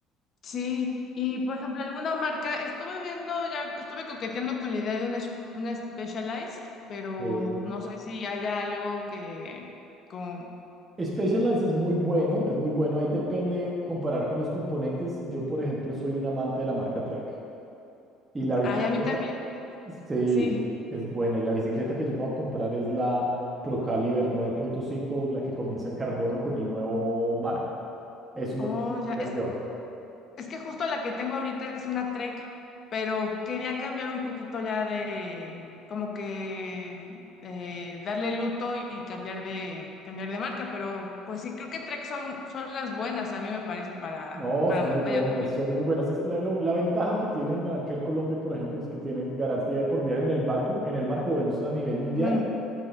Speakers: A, on the left (about 40°); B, on the right (about 20°).
A: Sí, y por ejemplo, alguna marca, estuve viendo, ya estuve coqueteando con la idea de una, es- una Specialized, pero
B: Eh,
A: no sé si haya algo que, como,
B: Specialized es muy bueno, es muy bueno. Ahí depende comparar con los componentes. Yo, por ejemplo, soy un amante de la marca Trek. Y la bicicleta,
A: ay, a mí también,
B: sí,
A: sí,
B: es buena. Y la bicicleta que yo me voy a comprar es la Procaliber nueve punto cinco, la que comienza en carbono con el nuevo marco. Eso es
A: oh,
B: lo que voy
A: ya, es,
B: a hacer yo.
A: es que justo la que tengo ahorita es una Trek, pero quería cambiar un poquito ya de, como que, eh, darle luto y cambiar de, cambiar de marca, pero pues sí, creo que Trek son, son las buenas, a mí me parece, para,
B: No,
A: para
B: son
A: montaña
B: muy buenas,
A: también,
B: son
A: ¿no?
B: muy buenas. Es la, lo- la ventaja que tienen acá en Colombia, por ejemplo, es que tienen garantía de por vida en el barco, en el marco, bueno, eso es a nivel mundial,
A: Ujú,